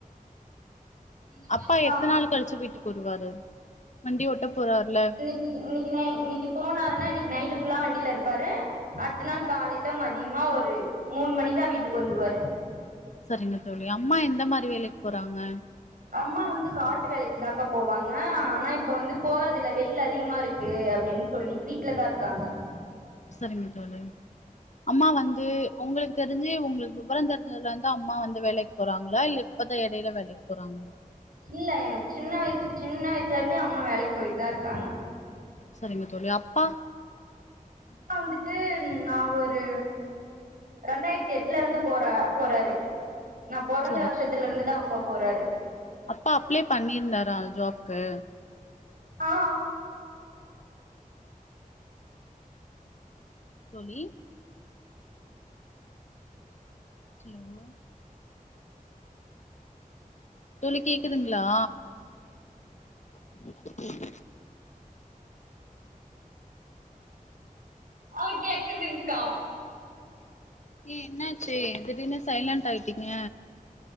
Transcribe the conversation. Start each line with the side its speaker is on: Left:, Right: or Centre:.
Right: அந்த மாரிதா
Left: அப்பா எத்தன் நாள் கழிச்சு வீட்டுக்கு வருவாரு வண்டி ஓட்ட போறாருல
Right: இ இன்னைக்கு நை இன்னைக்கு போனாருன்னா இன்னைக்கு நைட்டு் ஃபுல்லா வண்டியில இருப்பாரு அடுத்த நாள் காலையில மதியமா ஒரு மூணு மணிக்கா வீட்டுக்கு வந்துருவாரு
Left: செரிங்க தோழி அம்மா எந்த மாரி வேலைக்கு போறாங்க
Right: அம்மா வந்து காட்டு வேலைக்குதாக்கா போவாங்க ஆனா இப்ப வந்து போறதுல்ல வெயில் அதிகமா இருக்கு அப்டின்னு சொல்லி வீட்ல தா இருக்காங்க
Left: சரிங்க தோழி அம்மா வந்து உங்களுக் தெரிஞ்சு உங்களுக்கு விவர தெரிஞ்சதுலந்து அம்மா வந்து வேலைக்கு போறாங்களா இல்ல இப்பதா எடையில வேலைக்கு போறாங்களா
Right: இல்ல எனக்கு சின்ன வயசு சின்ன வயசுலேருந்தே அம்மா வேலைக்கு போயிட்டு தா இருக்காங்க
Left: சரிங்க தோழி அப்பா
Right: அப்பா வந்துட்டு நா ஒரு ரெண்டாயிரத்து எட்லருந்து போற போறாரு நா பொறந்த
Left: சரிங்க
Right: வருஷத்துலருந்துதா அப்பா போறாரு
Left: அப்பா அப்ளை பண்ணியிருந்தாரா அந் ஜாப்க்கு
Right: ஆ
Left: தோழி சீமு தோழி கேக்குதுங்களா <unintelligible>
Right: ஆ கேக்குதுங்க்கா
Left: ஏ என்னாச்சு திடீர்னு சைலண்ட்டாய்ட்டிங்க